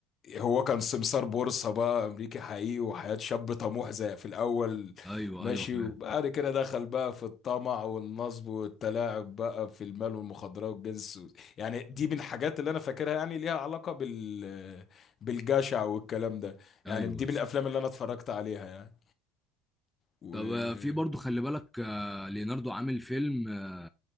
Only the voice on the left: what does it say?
هو كان سمسار بورصة بقى أمريكي حقيقي وحياة شاب طموح زي في الأول
ماشي
وبعد كده دخل بقى في الطمع والنصب والتلاعب بقى في المال والمخدرات والجنس و... يعني دي من الحاجات اللي أنا فاكرها يعني ليها علاقة بال بالجشع والكلام ده
يعني دي
من
الأفلام اللي أنا اتفرجت عليها يعني و